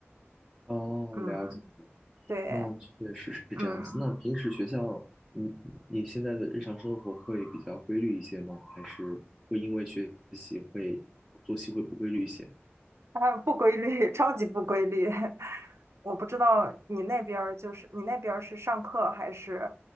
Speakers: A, in the centre; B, on the right.
A: 哦，
B: 嗯，
A: 了解了，
B: 对，
A: 那确实是这样子。
B: 嗯。
A: 那平时学校，你你现在的日常生活会比较规律一些吗？还是会因为学习会作息会不规律一些？
B: 啊，不规律，<laughs> 超级不规律。<laughs> 我不知道你那边儿就是你那边儿是上课还是